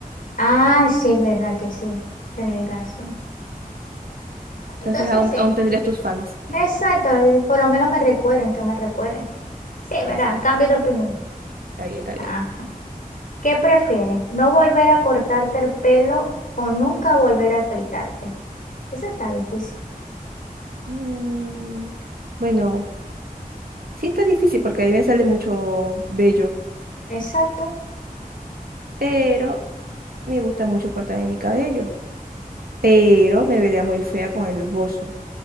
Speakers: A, on the left (about 65°); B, on the right (about 75°).
A: Ay, sí, es verdad que sí. Tenéis razón. Entonces,
B: Entonces aún,
A: sí.
B: aún tendrías tus fans.
A: Exacto, eh, por lo menos me recuerden, que me recuerden. Sí, ¿verdad?
B: Exacto.
A: Cambio de opinión.
B: Está bien, está bien.
A: Ajá. ¿Qué prefieres? ¿No volver a cortarte el pelo o nunca volver a afeitarte? Eso está difícil.
B: Mm, bueno, sí está difícil porque a mí me sale mucho bello,
A: Exacto.
B: pero me gusta mucho cortarme mi cabello. Pero me vería muy fea con el bozo.